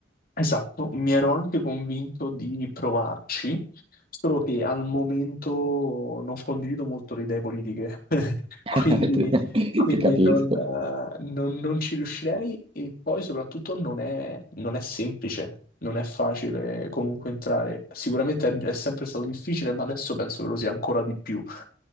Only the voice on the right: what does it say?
<laughs>
Ti,
ti capisco.